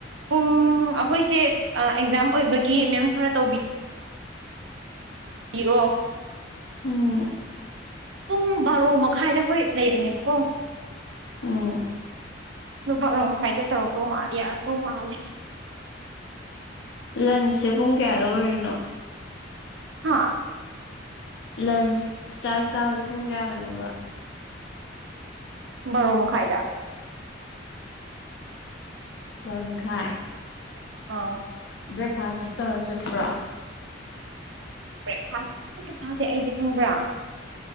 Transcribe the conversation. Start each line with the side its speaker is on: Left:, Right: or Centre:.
Right: ꯄꯨꯡ ꯑꯩꯈꯣꯏꯁꯦ ꯑꯦꯛꯖꯥꯝ ꯑꯣꯏꯕꯒꯤ ꯃꯦꯝ ꯈꯔ ꯇꯧꯕꯤ ꯐꯒꯤꯔꯣ
Left: ꯎꯝ
Right: ꯄꯨꯡ ꯕꯥꯔꯣ ꯍꯥꯏꯅ ꯑꯩꯈꯣꯏ ꯂꯩꯕꯅꯦꯕꯀꯣ
Left: ꯎꯝ
Right: ꯑꯗꯨ ꯕꯥꯔꯣ ꯃꯈꯥꯏꯗ ꯇꯧꯔꯛꯇꯧ ꯃꯥꯜꯂꯦ ꯌꯥꯔꯛꯇꯧ ꯃꯥꯜꯂꯦ
Left: ꯂꯟꯁꯁꯦ ꯄꯨꯡ ꯀꯌꯥꯗ ꯑꯣꯏꯔꯤꯅꯣ
Right: ꯍꯥ
Left: ꯂꯟꯁ ꯆꯥꯛ ꯆꯥꯕꯗꯣ ꯄꯨꯡ ꯀꯌꯥꯗꯅꯣꯕ
Right: ꯕꯥꯔꯣ ꯃꯈꯥꯏꯗ
Left: ꯕꯔꯣ ꯃꯈꯥꯏ
Right: ꯑꯥꯎ
Left: ꯕ꯭ꯔꯦꯛꯐꯥꯁ ꯇꯧꯔ ꯆꯠꯄ꯭ꯔꯣ
Right: ꯕ꯭ꯔꯦꯛꯐꯥꯁ ꯑꯃꯇ ꯆꯥꯗꯦ ꯑꯩꯗꯤ ꯈꯪꯕ꯭ꯔꯥ